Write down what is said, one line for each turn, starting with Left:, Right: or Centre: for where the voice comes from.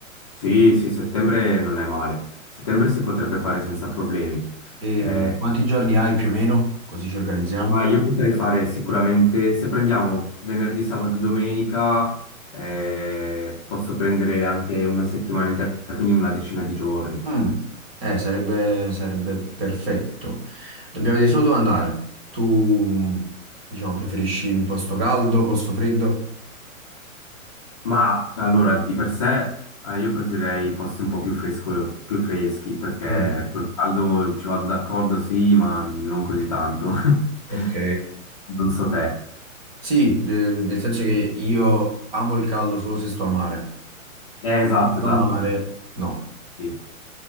Left: Sì, sì, settembre non è male. Settembre si potrebbe fare senza problemi.
Right: e
Left: Eh,
Right: mm, quanti giorni hai più o meno? Così ci organizziamo.
Left: ma io potrei fare sicuramente, se prendiamo venerdì, sabato e domenica, eh, posso prendere anche una settimana intera, quindi una decina di giorni.
Right: Mm. Eh, sarebbe, sarebbe perfetto. Dobbiamo vedere solo dove andare. Tu, diciamo, preferisci un posto caldo, posto freddo?
Left: Ma allora, di per sé, eh, io preferirei posti un po' più fresco- più freschi, perché
Right: Mm,
Left: col caldo ci vado d'accordo, sì, ma non così tanto. <laughs>
Right: ok.
Left: Non so te.
Right: Sì, eh, nel senso che io amo il caldo solo se sto a mare.
Left: Eh, esatto,
Right: Se sto
Left: esatto.
Right: a mare, no.
Left: Sì.